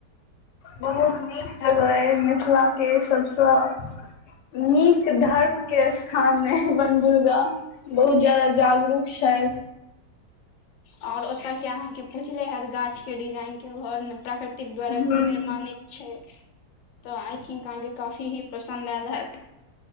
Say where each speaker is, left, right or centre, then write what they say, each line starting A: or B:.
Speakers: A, on the left (about 85°); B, on the left (about 65°).
A: बहुत नीक जगह अइ मिथिला के सभसँ नीक धर्म के स्थान मे बन दुर्गा बहुत जादा जागरूक छै
B: और ओतय के अहाँके पुछले हैत गाछ के डिजाइन के घर प्रकृतिक द्वारा
A: हूं
B: खुद निर्माणित छै तऽ आई थिंक अहाँके काफी ही पसन्द आयल हैत